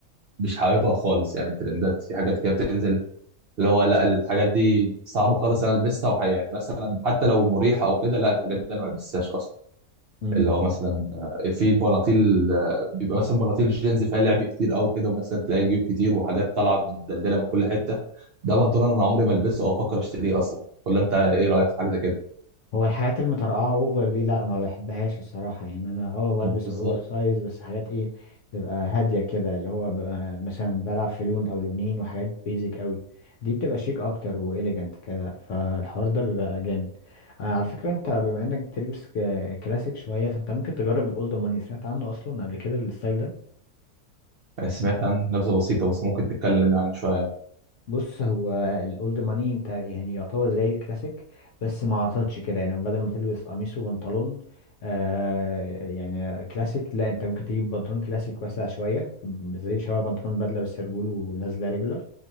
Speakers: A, on the right; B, on the left.
A: مش حاببها خالص يعني الترندات في حاجات كده بتنزل اللي هو لا الحاجات دي صعبة خالص أنا ألبسها وح- يعني مثلا حتى لو مريحة أو كده لا الحاجات دي أنا ما ألبسهاش أصلا
B: امم.
A: اللي هو مثلا آه، في بناطيل آه، بيبقى مثلا بناطيل جينز فيها لعب كتير أو كده ومثلا تلاقي جيوب كتير وحاجات طالعة مدلدلة من كل حتة ده بنطلون أنا عمري ما ألبسه أو أفكر أشتريه أصلا ولا أنت إيه رأيك في حاجة زي كده؟
B: هو الحاجات المترقعة اوفر دي لا ما بحبهاش الصراحة يعني انا اه بلبس
A: بالظبط
B: اوفر سايز بس حاجات ايه تبقى هادية كده اللي هو ببقى مثلا بلعب في لون او لونين وحاجات بيزك قوي دي بتبقى شيك اكتر واليجنت كده فالحوار ده بيبقى جامد آه على فكرة انت بما انك بتلبس ك- كلاسيك شوية فانت ممكن تجرب الاولد ماني سمعت عنه اصلا قبل كده الستايل ده
A: سمعت عن نبذة بسيطة بس ممكن تتكلم يعني شوية
B: بص هو الاولد ماني انت يعني يعتبر زي الكلاسيك بس ما عطتش كده يعني بدل ما تلبس قميص وبنطلون آه يعني كلاسيك لا انت ممكن تجيب بنطلون كلاسيك واسع شويه زي شبه بنطلون بدله بس رجوله نازله ريجولار